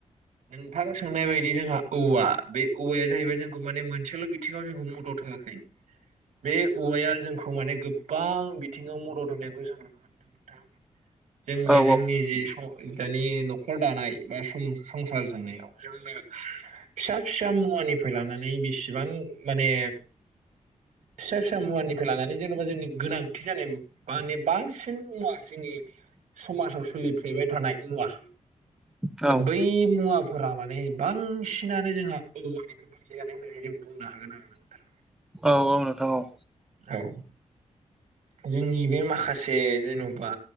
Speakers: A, on the right; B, in the centre.
A: नोंथां सोंनाय बायदि जोंहा औवा बे औवाया जाहैबाय जोंखौ माने मोनसेल बिथिङाव जोंखौ मदद होआखै। बे औवाया जोंखौ माने गोबां बिथिङाव मदद होनायखौ जों नुनो मोनदों नोंथां। जोङो
B: औ
A: जोंनि जि सं दानि नखर दानाय बा संसार जानायाव जोंनो फिसा फिसा मुवानिफ्राय लानानै बिसिबां माने फिसा फिसा मुवानिफ्राय लानानै जेनबा जोंनि गोनांथि जानाय माने बांसिन मुवा जोंनि समाजाव सोलिफ्लेबाय थानाय मुवा
B: औ
A: दा बै मुवा फोरा माने बांसिनानो जोंहा औवा निफ्राय बानाय जानाय होननानै जों बुंनो हागोन आरो ना नोंथां।
B: औ औ नोंथां औ
A: औ जोंनि बे माखासे जेनबा